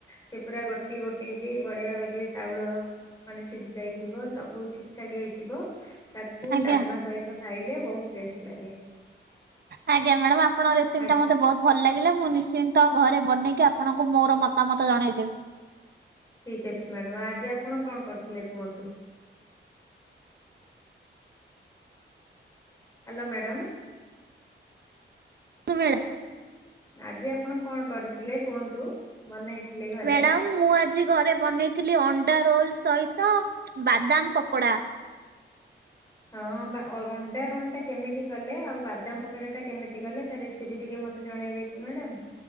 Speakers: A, on the left (about 15°); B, on the right (about 55°).
A: ସେ ପୁରା ଗୋଟି ଗୋଟି କି ବଢିଆ ବାଗେରେ ଚାଉଳ ମାନେ ସିଝି ଯାଇଥିବ ସବୁ ଠିକ୍ ଠାକ୍ ହେଇଥିବ। ତାକୁ
B: ଆଜ୍ଞା।
A: ଡାଲ୍ମା ସହିତ ଖାଇଲେ ବହୁତ୍ ଟେଷ୍ଟ ଲାଗେ।
B: ଆଜ୍ଞା ମାଡାମ୍ ଆପଣ ରେସିପି
A: ଆ
B: ଟା ମତେ ବହୁତ୍ ଭଲ ଲାଗିଲା। ମୁଁ ନିଶ୍ଚିନ୍ତ ଘରେ ବନେଇକି ଆପଣଙ୍କୁ ମୋର ମତାମତ ଜଣେଇଦେବି।
A: ଠିକ୍ ଅଛି ମ୍ୟାଡ଼ାମ। ଆଜି ଆପଣ କଣ କରିଥିଲେ କୁହନ୍ତୁ? Hello madam.
B: <unintelligible>
A: ଆଜି ଆପଣ କଣ କରିଥିଲେ କୁହନ୍ତୁ ବନେଇଥିଲେ ଘରେ?
B: ମ୍ୟାଡାମ ମୁଁ ଆଜି ଘରେ ବନେଇଥିଲି ଅଣ୍ଡା ରୋଲ ସହିତ ବାଦାମ ପକୋଡା।
A: ହଁ ଅମ୍ବା ଅଣ୍ଡା ରୋଲ୍ ଟା କେମିତି କଲେ ଆଉ ବାଦାମ ପକୋଡା ଟା କେମିତି କଲେ ତା ରେସିପି ଟିକେ ମତେ ଜଣେଇବେ? କି ମ୍ୟାଡ଼ାମ୍।